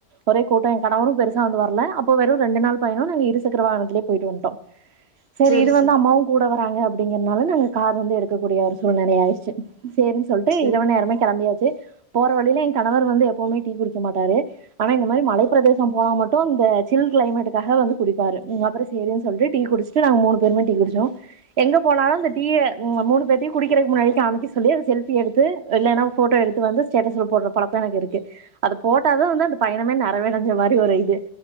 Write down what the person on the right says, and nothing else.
ஒரே கூட்டம் என் கணவரும் பெருசா வந்து வரல அப்ப வெறும் ரெண்டு நாள் பயணம் இருச் க்கரவாகனத்திலே போயட்டு வன்டோம் சேரி
இது வந்து
அம்மாவும் கூட கூடவறாங்க அப்படிங்கறனால நாங்க கார் வந்து எடுக்கக்கூடிய ஒரு சூழ்நிலை ஆயிடுச்சு சேரின்னு சொல்லிட்டு
இரவ நேரமே கிளம்பியாச்சு போற வழியில என் கணவர் வந்து எப்பவுமே டீ குடிக்க மாட்டாரு ஆனா இந்த மாரி மலைப்ப பிரதேசம் போனா மட்டும் இந்த சில் கிளைமேட்டுக்காக வந்து குடி பாரு அப்பறம் சேரிணு சொல்லிட்டு டீ குடிச்சட்டு நா மூணு பேருமே டீ குடிச்சோம் எங்க போனாலும் மூணு பேரும் முன்னாடியே காமிக்க சொல்லி செல்பி எடுத்து போட்டோ எடுந்து போடுற பழப்பம் எனக்கு இருக்கு அத போட்ட தான் வந்து அந்த பயணமே நிறவடைஞ்ச மாரி ஒரு இது